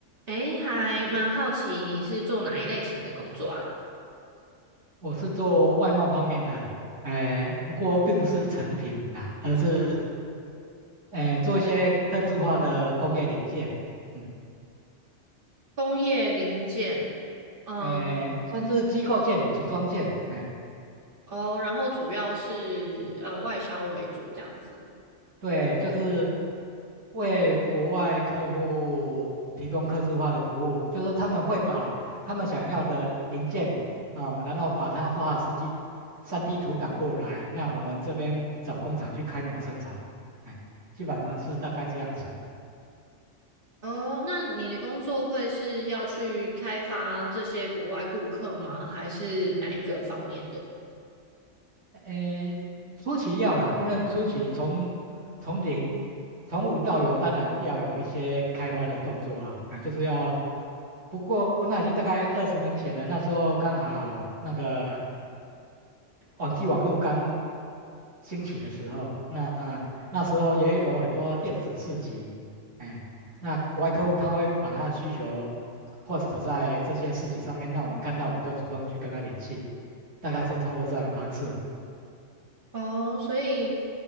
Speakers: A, on the right; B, on the right.
A: 诶，还蛮好奇你是做哪一类型的工作啊？
B: 我是做外贸方面的，呃，不过并不是成品啊，而是呃做一些客制化的工业零件，嗯，
A: 工业零件，嗯，
B: 呃，算是机构件、组装件，哎、
A: 哦，然后主要是呃外销为主这样子。
B: 对，就是为国外客户提供客制化的服务，就是说他们会把他们想要的零件哦，然后把它画三 d 三 d 图档过来，那我们这边找工厂去开模生产，哎，基本上是大概这样子。
A: 哦，那你的工作会是要去开发这些国外顾客吗？还是哪一个方面的？
B: 诶，初期要啦，因为初期从从零从无到有，当然要有一些开发的动作啊，啊，就是要。不过那已经大概二十年前了，那时候刚好那个网际网络刚兴起的时候，那那时候也有很多电子市集，哎，那国外客户他会把他的需求 post 在这些市集上面，那我们看到我们就主动去跟他联系，大概是透过这样的方式。
A: 哦，所以